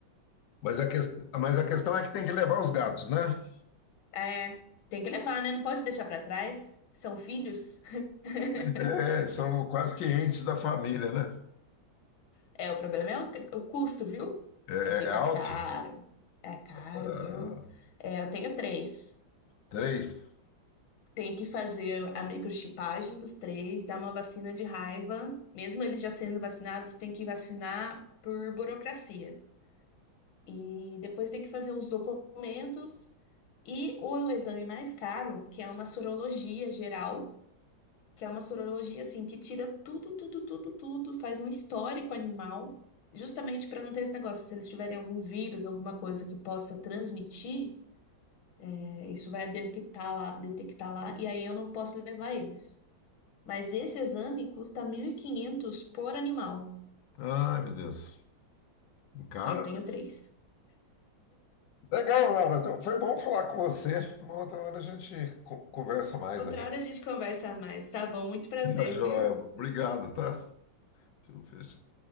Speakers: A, on the left (about 70°); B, on the left (about 85°).
A: Mas a, ques- mas a questão é que tem que levar os gatos, né?
B: É, tem que levar, né? Não pode deixar pra trás. São filhos. <laughs>
A: É, são quase que entes da família, né?
B: É, o problema é o, o custo, viu?
A: É,
B: É ficar
A: é alto?
B: caro. É caro,
A: Ah,
B: viu? É, eu tenho três.
A: três.
B: Tenho que fazer a microchipagem dos três, dar uma vacina de raiva. Mesmo eles já sendo vacinados, tem que vacinar por burocracia. E depois tem que fazer os documentos e o exame mais caro, que é uma sorologia geral, que é uma sorologia assim que tira tudo, tudo, tudo, tudo, faz um histórico animal, justamente para não ter esse negócio, se eles tiverem algum vírus, alguma coisa que possa transmitir, é, isso vai detectar lá, detectar lá, e aí eu não posso levar eles. Mas esse exame custa 1.500 por animal,
A: Ai, meu Deus. Cara,
B: e eu tenho três.
A: legal, Laura. Então, Foi bom falar com você. Uma outra hora a gente co- conversa mais
B: Outra
A: aí.
B: hora a gente conversa mais, tá bom? Muito prazer,
A: <laughs> Tá joia.
B: viu?
A: Obrigado, tá? Deixa eu fechar.